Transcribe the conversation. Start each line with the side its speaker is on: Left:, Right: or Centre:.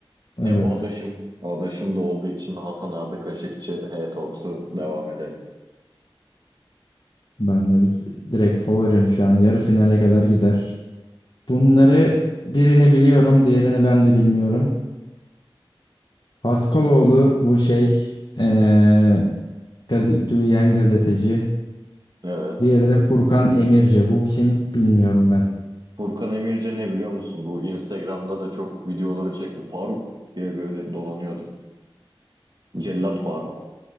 Left: evet.
Right: Hem adaşım, adaşım da olduğu için Hasan Ardı Kaşıkçı, H-Talks'u devam edelim.
Left: Ben de direkt favorim şu an. Yarı finale kadar gider. Bunları birini biliyorum, diğerini ben de bilmiyorum. Haskaloğlu bu şey eee gazi, duyan gazeteci.
Right: Evet.
Left: Diğeri de Furkan Emirce. Bu kim bilmiyorum ben.
Right: Furkan Emirce ne biliyor musun? Bu Instagram'da da çok videoları çekti. Faruk diye böyle dolanıyordu. Cellat Faruk.